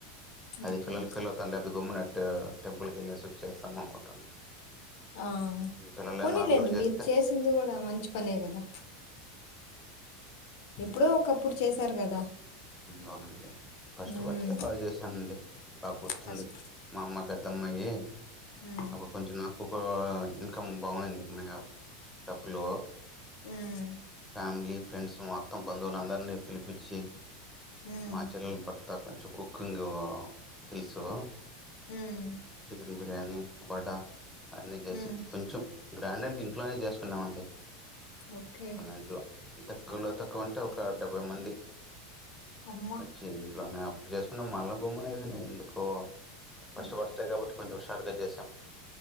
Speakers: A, in the centre; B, on the left.
A: అది
B: ఓకే.
A: <unintelligible> టెంపుల్ వెళ్ళేసి వచ్చీ చేస్తాం అనుకుంటున్నాం
B: ఆ
A: పిల్లలేమన్నా
B: పోనీలేండి
A: అల్లరి చేస్తే
B: మీరు చేసింది కూడా మంచి పనే కదా ఎప్పుడో ఒకప్పుడు చేసారు కదా
A: అవునండి ఫస్ట్
B: ఉమ్
A: బర్త్డే బాగా చేశానండి బగ గుర్తుంది
B: ఫస్ట్
A: మా అమ్మాయి పెద్దమ్మాయి
B: ఉమ్
A: అప్పుడు కొంచెం నాకు ఇన్కమ్ బాగుంది మా డబ్బులు
B: ఉమ్
A: ఫ్యామిలీ ఫ్రెండ్స్ మొత్తం బంధువులందరినీ పిలిపించి
B: ఉమ్
A: మాచెల్లెలు బర్త్ అ కొంచెం కుకింగ్ తెలుసు
B: ఉమ్
A: చికెన్ బిర్యానీ వడ అన్ని చేసి
B: ఉమ్
A: కొంచెం గ్రాండ్ అంటే ఇంట్లోనే చేసుకున్నాము అండి
B: ఓకే
A: ఇంట్లో తక్కువలో తక్కువ అంటే ఒక డెబ్బై మంది
B: అమ్మా
A: వచ్చి ఇంట్లోనే ఇప్పుడు చేసుకున్న మళ్ళా గుమ్మున అయిపోయినాయి ఎందుకో ఫస్ట్
B: ఉమ్,
A: బర్త్ డే కాబట్టి కొంచెం హషారుగా చేసాం